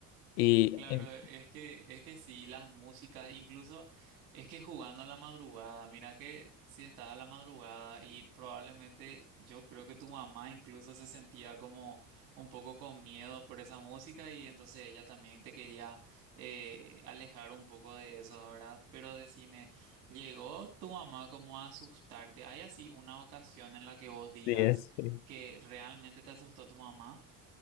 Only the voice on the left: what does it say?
Y
eh,
sí, es, sí.